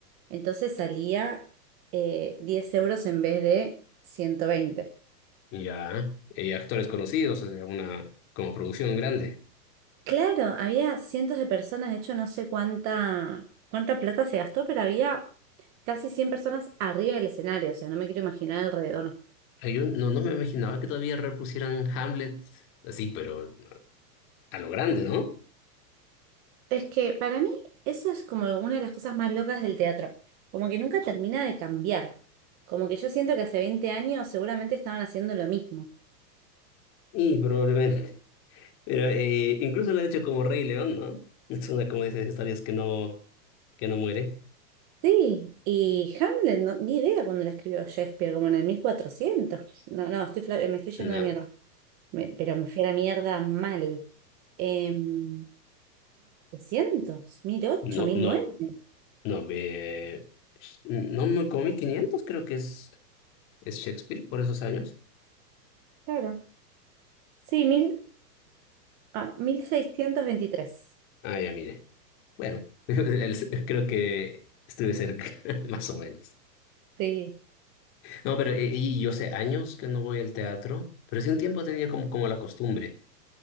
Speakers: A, on the right; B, on the left.
A: entonces salía eh, 10 euros en vez de 120.
B: Y ya. Y actores conocidos, o sea, una como producción grande.
A: Claro, había cientos de personas, de hecho no sé cuánta, cuánta plata se gastó, pero había casi 100 personas arriba del escenario, o sea, no me quiero imaginar alrededor.
B: Ay, Yo no, no me imaginaba que todavía repusieran Hamlet así, pero a lo grande, ¿no?
A: Es que para mí eso es como una de las cosas más locas del teatro, como que nunca termina de cambiar, como que yo siento que hace 20 años seguramente estaban haciendo lo mismo.
B: Y probablemente. Pero eh, incluso lo ha hecho como Rey León, ¿no? Es una como de esas historias que no, que no muere.
A: Sí, y Hamlet, no- ni idea cuando la escribió Shakespeare, como en el 1400. No, no, estoy, fla- me estoy yendo
B: No,
A: a la mierda, Me- pero me fui a la mierda mal. Em, 1700, mil
B: no, no,
A: 1900.
B: no, eh, no me comí 500, creo que es. ¿Es Shakespeare por esos años?
A: Claro. Sí, mil, ah, mil seiscientos veintitrés
B: Ah, ya mire. Bueno, <laughs> el- creo que estuve cerca, <laughs> más o menos.
A: Sí.
B: No, pero eh, y yo sé años que no voy al teatro, pero sí un tiempo tenía como, como la costumbre.